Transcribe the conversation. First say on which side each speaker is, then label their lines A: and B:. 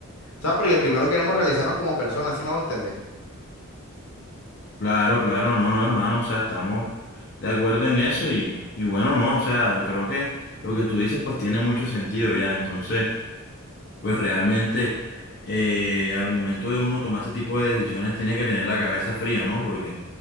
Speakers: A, on the left; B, on the left.
A: sea, porque primero queremos realizarnos como personas, ¿sí me hago entender?
B: Claro, claro, no, no, hermano, o sea, estamos de acuerdo en eso y, y bueno, no, o sea, creo que lo que tú dices, pues, tiene mucho sentido ya, entonces... Pues realmente eh, al momento de uno tomar ese tipo de decisiones tiene que tener la cabeza fría, ¿no? Porque